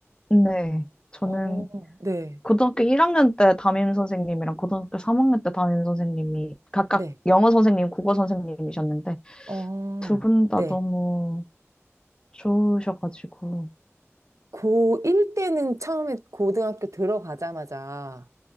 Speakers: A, on the left; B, on the right.
A: 네. 저는
B: 어, 네.
A: 고등학교 1학년 때 담임 선생님이랑 고등학교 3학년 때 담임 선생님이 각각
B: 네.
A: 영어 선생님, 국어 선생님이셨는데,
B: 어,
A: 두 분 다
B: 네.
A: 너무 좋으셔가지고.
B: 고1 때는 처음에 고등학교 들어가자마자